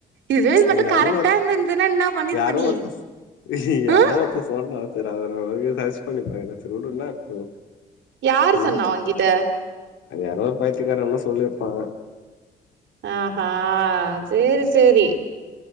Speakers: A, on the right; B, on the left.
A: இதுவே இது மட்டு
B: அது யாரோ
A: கரெக்டா
B: ஒருத்
A: இருந்திருந்துன்னா என்ன பண்ணிருப்ப
B: யாரோ
A: நீ
B: ஒருத்தன் யாரோ
A: ஆ
B: ஒருத்தே சொன்னா செரி அத உனக்கு சர்ச் பண்ணி பாக்கல செரி வுடு இன்ன இப்போ
A: யாரு
B: ம்
A: சொன்னா ஒகிட்ட
B: அது யாரோ ஒரு பைத்திக்கார எவனோ சொல்லிருப்பா
A: ஆஹ சேரி சேரி